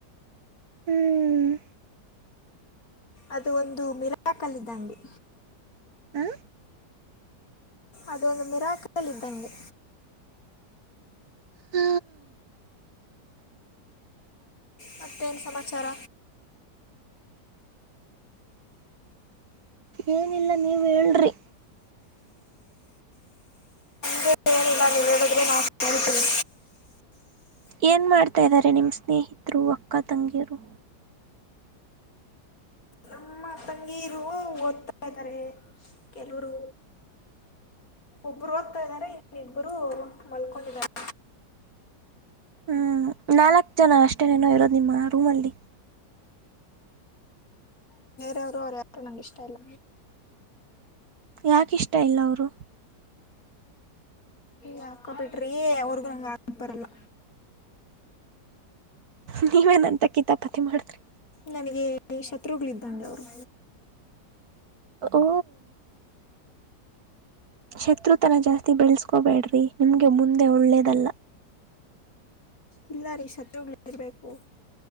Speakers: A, on the right; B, on the left.
A: ಹ್ಮ್
B: ಅದು ಒಂದು ಮಿರಾಕ್ ಅಲ್ಲಿದ್ದಂಗೆ
A: ಹ
B: ಅದೊಂದು ಮಿರಾಕಲ್ ಇದ್ದಂಗೆ
A: ಹಾ
B: ಮತ್ತೇನ್ ಸಮಾಚಾರ
A: ಏನಿಲ್ಲ ನೀವ ಹೇಳ್ರಿ
B: ನಂದೇನಿಲ್ಲ ನೀವು ಹೇಳಿದ್ರೆ ನಾನ್ ಕೇಳ್ತೀನಿ
A: ಏನ್ ಮಾಡ್ತಾ ಇದ್ದಾರೆ ನಿಮ್ಮ ಸ್ನೇಹಿತರು ಅಕ್ಕ ತಂಗಿಯರು
B: ನಮ್ಮ ತಂಗೀರು ಓದ್ತಾ ಇದ್ದಾರೆ ಕೆಲವರು ಒಬ್ಬರು ಓದ್ತಾ ಇದ್ದಾರೆ ಇನ್ನಿಬ್ಬರು ಮಲ್ಕೊಂಡಿದ್ದಾರೆ
A: ಹ್ಮ್ ನಾಲ್ಕ್ ಜನ ಅಷ್ಟೇನೇನೋ ಇರೋದು ನಿಮ್ಮ ರೂಮ್ಲ್ಲಿ
B: ರು ಅವ್ರ ಯ ನಂಗೆ ಇಷ್ಟ ಇಲ್ಲ
A: ಯಾಕ ಇಷ್ಟ ಇಲ್ಲ ಅವರು
B: ಹಾಕೊಬಿಟ್ರಿ ಅವ್ರಗೂಂಗ ಆಾಬರಲ್ಲ
A: ನೀವೇನಂತ ಕೀತಾಪಾತಿ ಮಾಡಿದ್ರಿ
B: ನನಗೆ ಶತ್ರುಗಳ್ದಂಗೆ ಅವರು
A: ಹಓ ಶತ್ರುತನ ಜಾಸ್ತಿ ಬೆಳೆಸ್ಕೊಬೇಡ್ರಿ ನಿಮ್ಗೆ ಮುಂದೆ ಒಳ್ಳೇದಲ್ಲ
B: ಇಲ್ಲಾರಿ ಶತ್ರುಗಳಿರ್ಬೇಕು